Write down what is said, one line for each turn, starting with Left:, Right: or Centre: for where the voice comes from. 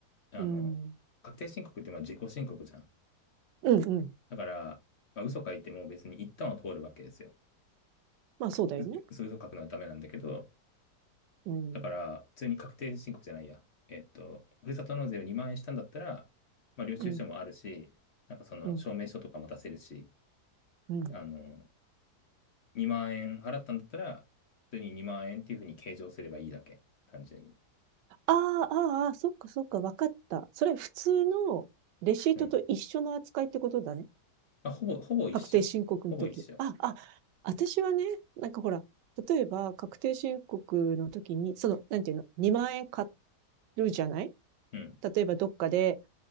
Left: あの、
Right: うん。
Left: 確定申告ってまあ自己申告じゃん。
Right: うんうん。
Left: だから、まあ、嘘書いても別に一旦は通るわけですよ。
Right: まあそうだよね。
Left: う嘘書くのはダメなんだけど、
Right: うん。
Left: だから、普通に確定申告じゃないや。えっと、ふるさと納税を2万円したんだったら、まあ、領収書もあるし、
Right: うん。
Left: なんかその証明書とかも出せるし、
Right: うん。うん。
Left: あの、2万円払ったんだったら、普通に2万円っていうふうに計上すればいいだけ。単純に。
Right: ああ、あーあー、そっかそっか、わかった。それ普通のレシートと一緒の扱いってことだね。
Left: うん。まあ、ほぼ、ほぼ一緒。
Right: 確定申告の時。
Left: ほぼ一緒。
Right: あ、あ、私はね、なんかほら、例えば確定申告の時に、その、なんていうの、2万円買るじゃない
Left: うん、
Right: 例えばどっかで、